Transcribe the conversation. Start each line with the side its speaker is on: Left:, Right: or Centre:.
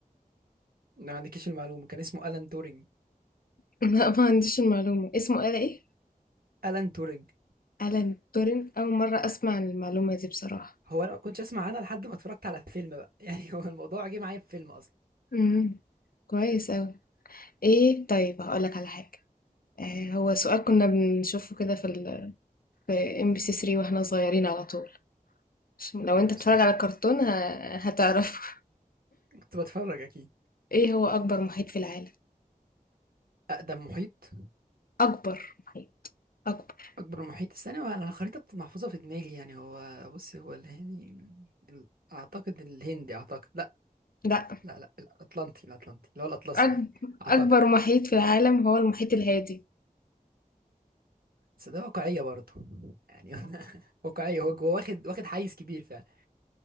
Right: ما عندكيش المعلومه كان اسمه الان تورينج
Left: <laughs> لأ ما عنديش المعلومة، اسمه آلة إيه؟
Right: الان تورينج
Left: آلان تورين، أول مرّة أسمع عن المعلومة دي بصراحة.
Right: هو انا ما كنتش اسمع عنها لحد ما اتفرجت على فيلم بقى <laughs> يعني هو الموضوع جه معايا في فيلم اصلا
Left: إمم، كويس أوي. إيه طيب هاقول لك على حاجة، آآ هو سؤال كنا بنشوفه كده في ال في MBC 3 وإحنا صغيرين على طول، عشان لو
Right: يا
Left: أنت
Right: مسهل
Left: بتتفرّج على الكرتون ه هتعرفه. <laughs>
Right: كنت بتفرج اكيد
Left: إيه هو أكبر محيط في العالم؟
Right: اقدم محيط
Left: أكبر محيط، أكبر
Right: اكبر محيط استنى انا الخريطه بت- محفوظه في دماغي يعني هو بص هو الهندي ال- اعتقد الهندي اعتقد لا
Left: لأ،
Right: لا لا الاطلنطي الاطلنطي اللي هو الاطلسي
Left: أكب
Right: يعني اعتقد
Left: أكبر محيط في العالم هو المحيط الهادي،
Right: بس ده واقعيه برضه يعني <laughs> واقعيه هو هو واخد واخد حيز كبير فعلا